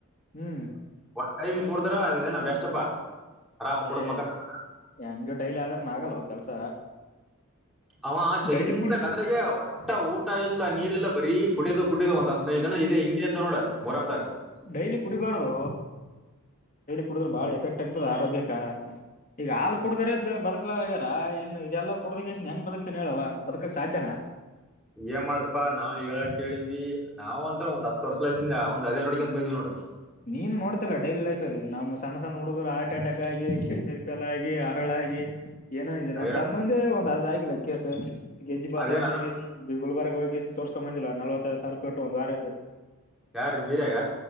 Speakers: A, on the left; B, in the centre.
A: ಹ್ಮ್
B: ಒನ್ ಟೈಮ್ ಕುಡಿದ್ರ ಅದುನ ಬೆಸ್ಟಪಾ ಆರಾಮ್ ಕುಡಿದು
A: ಏ
B: ಮಲ್ಕಂತಾವ
A: ಹೆಂಗ ಡೈಲಿ ಆದ್ರನು ಆಗಲ್ಲ ಕೆಲ್ಸ
B: ಅವ ಚಂತ
A: ಡೈಲಿ ಕುಡಿ
B: ಕದ್ರಗೆ ಒ ಇ ಊಟ ಇಲ್ಲ ನೀರ್ಲ್ಲ ಬರೀ ಕುಡೋ ಕುಡ್ಯೋ ಒಂದ್ ಹ ಹದಿನೈದು ದಿನ ಇದೆ ಹಿಂಗಗೆ ಇದ್ದ ನೋಡ ಮೊಹರಂಮ್ದಾಗ
A: ಡೈಲಿ ಕುಡಿಬಾರ್ದು ಡೈಲಿ ಕುಡಿದ್ರೆ ಬಾಳ ಎಫೆಕ್ಟ್ ಆಗ್ತದ ಆರೋಗ್ಯಕ್ಕ ಈಗ ಹಾಲ್ ಕುಡ್ದ್ರದ ಬದುಕಲಗ್ಯಾರ ಇನ್ ಇದೆಲ್ಲ ಕುಡ್ದ ಹೆಂಗ ಬದಕ್ತನ್ ಹೇಳುವ ಬದುಕಕ್ ಸಾಧ್ಯನ
B: ಏನ್ ಮಾಡತಪ್ಪ ನಾವು ಈಗ ಕ ಹೇಳಿವವಿ ನಾವವು ಅಂತ ಒಂದ್ ಹತ್ತು ವರ್ಷ ಲಸಂದ ಅದೇ ನಡಿಕಕ ಅಂತ ಬಂದ್ವಿ ನೋಡು
A: ನೀನು ನೋಡ್ತಿಲ್ಲ ಡೈಲಿ ಲೈಫಲ್ಲಿ ನಮ್ಮ್ ಸಣ್ಣ ಸಣ್ಣ ಹುಡುಗರು ಹಾರ್ ಅಟ್ಯಾಕ್ ಆಗಿ ಚಿನಿ ಫೇಲ್ ಆಗಿ ಹಳಾಗಿಿ ಏನ ಇಲ್ಲ ನಮ್
B: ಐರಾ
A: ತಮ್ಮಂದೆ ಒಂದ ಅದ್ ಆಗಿಲ್ಲ ಕೇಸ ಗೆಜ್ಜಿ ಭಾತ
B: ಅದೇನ್
A: ಒ ತಂಗ ಈ ಗುಬರ್ಗ ಹೋಗಿ ತರ್ಕೊ ಬಂದಿಲ್ಲ ನವೈದುಾವ ಸಿ ರಪಿಟ್ಟ ಒಂದು ವಾರದು.
B: ಯಾರು ಮೀರಾಗ